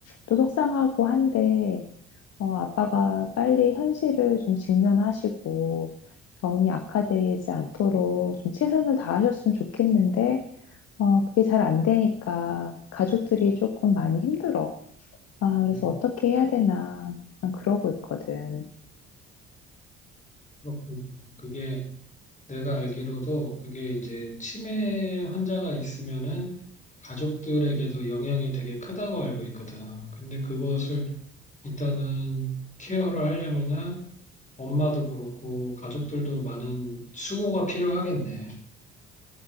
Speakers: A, on the left; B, on the left.
A: 또 속상하고 한데 어, 아빠가 빨리 현실을 좀 직면하시고 병이 악화되지 않도록 좀 최선을 다하셨으면 좋겠는데 어, 그게 잘 안 되니까 가족들이 조금 많이 힘들어. 아, 그래서
B: 음,
A: 어떻게 해야 되나 난 그러고 있거든.
B: 그렇구나. 그게 내가 알기로도 그게 이제 치매 환자가 있으면은 가족들에게도 영향이 되게 크다고 알고 있거든. 근데 그것을 일단은 케어를 하려면은 엄마도 그렇고 가족들도 많은 수고가 필요하겠네.